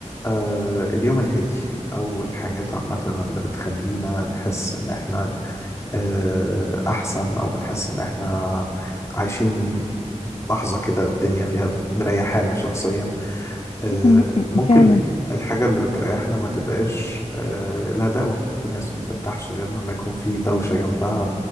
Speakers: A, on the left (about 25°); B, on the left (about 55°).
A: آه اليوم الهادي أو الحاجات عامة اللي بتخلينا نحس إن إحنا آه أحسن أو بنحس إن إحنا عايشين لحظة كده الدنيا فيها مريحانا شخصيا آه
B: م- م-
A: ممكن
B: فعلا
A: الحاجة اللي بتريحنا ما تبقاش آه الهداوة في ناس ما بترتاحش غير لما يكون في دوشة جنبها